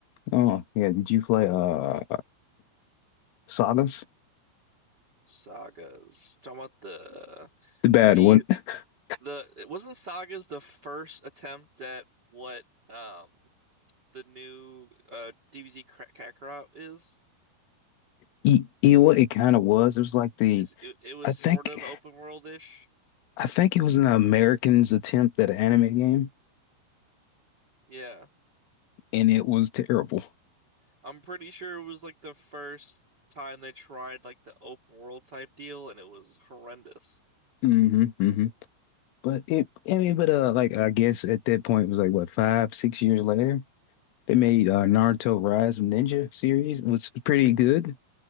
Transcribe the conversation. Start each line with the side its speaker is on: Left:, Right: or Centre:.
Left: oh yeah, did you play uh Sagas?
Right: Sagas. Talking about the
Left: The bad
Right: the
Left: one. <laughs>
Right: the it wasn't Saga's the first attempt at what um the new uh DBZ Kra- Kakarot is?
Left: You, you know what it kind of was? It was like the
Right: Is it, it was
Left: I think
Right: sort of open world-ish.
Left: I think it was an American's attempt at an anime game,
Right: Yeah.
Left: and it was terrible.
Right: I'm pretty sure it was like the first time they tried like the open world type deal and it was horrendous.
Left: hmm hmm But it, I mean, but uh, like I guess at that point it was like what five, six years later, they made uh, Naruto Rise of Ninja series, which was pretty good.